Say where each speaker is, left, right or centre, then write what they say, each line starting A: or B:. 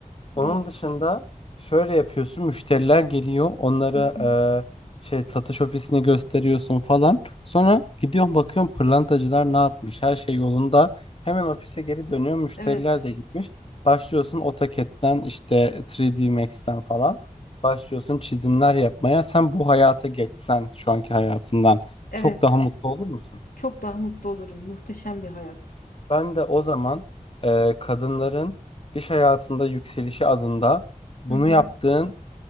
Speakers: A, on the left (about 40°); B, on the left (about 90°).
A: Onun
B: doğru.
A: dışında şöyle yapıyorsun. Müşteriler geliyor. Onlara
B: Hı hı.
A: e, şey satış ofisini gösteriyorsun falan. Sonra gidiyorsun bakıyorsun pırlantacılar ne yapmış? Her şey yolunda. Hemen ofise geri dönüyor. Müşteriler
B: Evet,
A: de gitmiş. Başlıyorsun AutoCAD'den işte 3D Max'ten falan. Başlıyorsun çizimler yapmaya. Sen bu hayata geçsen şu anki hayatından
B: evet.
A: çok daha mutlu olur musun?
B: Çok daha mutlu olurum. Muhteşem bir hayat.
A: Ben de o zaman e, kadınların iş hayatında yükselişi adında bunu
B: Hı hı.
A: yaptığın